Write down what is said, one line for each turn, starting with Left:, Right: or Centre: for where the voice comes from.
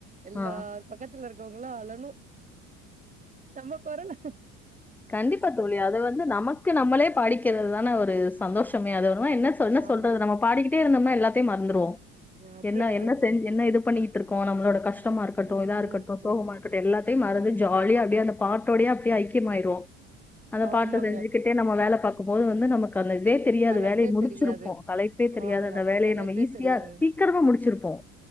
Right: எல்லார்
Centre: ஆ
Right: பக்கத்துல இருக் கவங்களா அழனும் நம்ப கொரோனா
Centre: கண்டிப்பா தோழி அது வந்து நமக்கு நம்மளே பாடிக்கிறது தான ஒரு சந் சந்தோஷமே அது ஆமா என்ன சொன்ன என்ன
Right: ஆமாங்க
Centre: சொல்றது நம்ம பாடிக்கிட்டே இருந்தோம்னா எல்லாத்தையும் மறந்துருவோம்
Right: அப்றோ
Centre: என்ன
Right: எனக்கு
Centre: என்ன
Right: கு-
Centre: செஞ் என்ன இது பண்ணிட்டு இருக்கோம் நம்மளோட கஷ்டமா இருக்கட்டு
Right: ம்
Centre: இதா இருக்கட்டு சோகமா இருக்கட்டு எல்லாத்தையும் மறந்து ஜாலியா அப்டியே அந்த பாட்டோடயே அப்டிய ஐக்கியமாய்டுவோம் <inaudible> அதபாட்டு
Right: ஆமாங்க
Centre: செஞ்சுகிட்டே நம்ம வேல பாக்கும் போது வந்து நமக்கு அந்த இதே தெரியாது
Right: கலப்பே
Centre: வேலைய முடிச்சிருப்போம்
Right: தெரியாது
Centre: தலைப்பே தெரியாது
Right: ஆமா
Centre: அந்த வேலைய
Right: கலப்பே
Centre: நம்ம ஈஸியா
Right: தெரியாது
Centre: சீக்கிரமா முடிச்சிருப்போம்